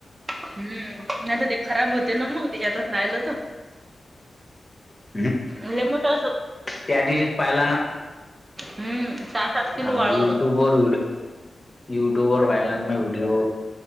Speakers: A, on the right; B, on the left.
A: हम्म नाही तर ते खराब होते ना मग त्याच्यातच राहिलं तर.
B: <inaudible>
A: लय मोठा अस
B: त्या दिवशीच पाहिला ना,
A: हम्म सहा सात किलो
B: हा
A: वाळवलं.
B: युट्यूब वर व्हिडिओ युट्यूब वर पहिला ना व्हिडिओ